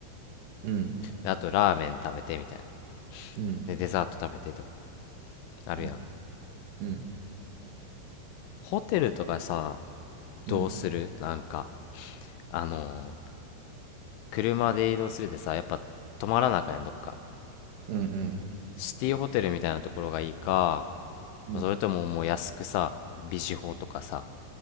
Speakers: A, on the right (about 65°); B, on the left (about 80°).
A: うん、
B: で、あと、ラーメン食べてみたいな。
A: うん、
B: で、デザート食べてとか、あるやん。
A: うん、うん、
B: ホテルとかさ、
A: うん、
B: どうするなんか、あの、車で移動するでさ、やっぱ、泊まらなあかんやん、どっか。
A: うん、
B: シティホテルみたいなところがいいか、
A: うん、
B: それとももう安くさ、ビジホとかさ、